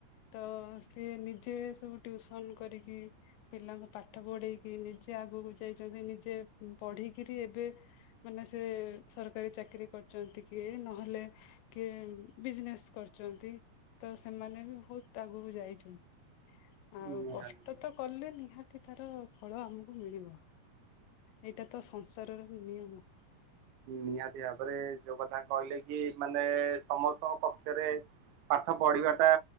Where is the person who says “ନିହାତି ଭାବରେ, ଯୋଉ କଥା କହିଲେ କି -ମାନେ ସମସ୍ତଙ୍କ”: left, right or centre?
Right